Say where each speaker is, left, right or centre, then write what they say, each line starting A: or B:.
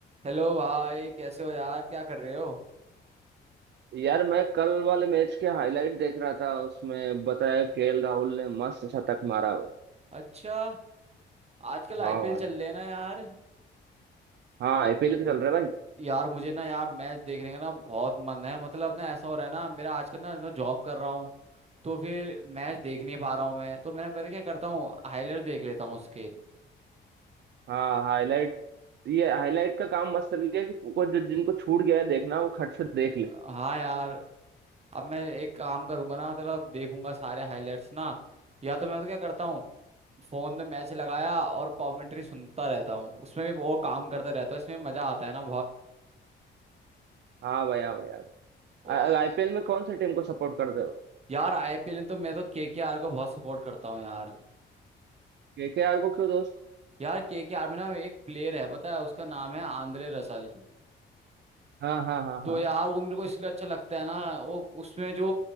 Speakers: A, on the right; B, on the right.
A: Hello भाई कैसे हो यार क्या कर रहे हो
B: यार मैं कल वाले मैच के हाईलाइट देख रहा था उसमें बताया केएल राहुल ने मस्त शतक मारा भाई
A: अच्छा आजकल
B: हाँ
A: आईपीएल
B: भाई
A: चल रहे हैं ना यार
B: हाँ आईपीएल तो चल रहा है भाई
A: यार मुझे ना यार मैच देखने का ना बहुत मन है मतलब ना ऐसा हो रहा है ना मेरा आजकल ना मैं जॉब कर रहा हूँ तो फिर मैच देख नहीं पा रहा हूँ मैं तो मैंने पता क्या करता हूँ हाईलाइट देख लेता हूँ उसके
B: हाँ हाईलाइट
A: अ,
B: ये हाईलाइट का काम मस्त चल गया कि को जो जिनको छूट गया है देखना वो खट से देख ले
A: हाँ यार अब मैं एक काम करूंगा ना मतलब देखूंगा सारे हाईलाइट्स ना या तो मैं तो क्या करता हूँ फोन में मैच लगाया और कमेंट्री सुनता रहता हूँ उसमें भी वो काम करता रहता हूँ इसमें मजा आता है ना
B: हाँ भाई हाँ भाई यार
A: बहुत
B: आईपीएल में कौन सी टीम को सपोर्ट करते हो
A: यार आईपीएल में तो मैं तो केकेआर को बहुत सपोर्ट करता हूँ यार
B: केकेआर को क्यों दोस्त
A: यार केकेआर में ना एक प्लेयर है पता है उसका नाम है आंद्रे रसल
B: हाँ हाँ हाँ
A: तो
B: हाँ
A: यार वो मेरे को इसलिए अच्छा लगता है ना वो उसमें जो